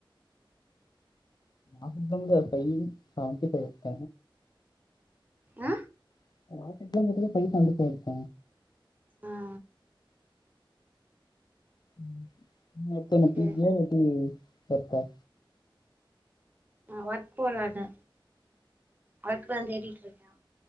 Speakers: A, on the left (about 50°); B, on the right (about 20°).
A: <inaudible> ஃபை செவன்ட்டி ஃபைவ் எடுத்த
B: ஆ
A: <unintelligible> பாத்தினா ஃபை செவன்ட்டி ஃபை எடுத்த
B: ஆ
A: ம் ஹு <unintelligible>
B: ஓகே
A: எப்டி எப்ப
B: ஆ ஒர்க் போலானு அதுக்குதா அந்தெடி இருக்யா